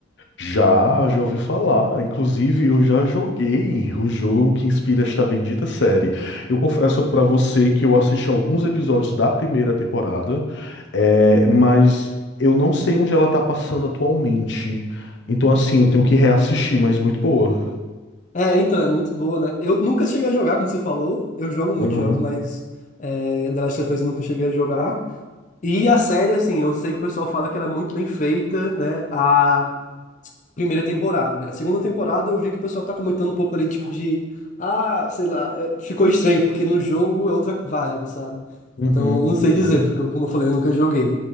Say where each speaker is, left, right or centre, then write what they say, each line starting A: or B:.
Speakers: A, on the left (about 70°); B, on the left (about 40°).
A: Já, já ouvi falar. Inclusive, eu já joguei o jogo que inspira esta bendita série. Eu confesso pra você que eu assisti alguns episódios da primeira temporada, é, mas eu não sei onde ela tá passando atualmente. Então, assim, eu tenho que reassistir, mas muito boa.
B: É, então, é muito boa, né? Eu nunca cheguei a jogar, como você falou. Eu jogo muitos
A: Aham.
B: jogos, mas é, The Last of Us eu nunca cheguei a jogar. E a série, assim, eu sei que o pessoal fala que ela é muito bem feita, né? A primeira temporada, né? A segunda temporada eu vi que o pessoal tá comentando um pouco ali, tipo, de. Ah, sei lá, é, ficou estranho, porque no jogo é outra vibe, sabe?
A: Uhum,
B: Então, não sei
A: uhum.
B: dizer, porque, como eu falei, eu nunca joguei.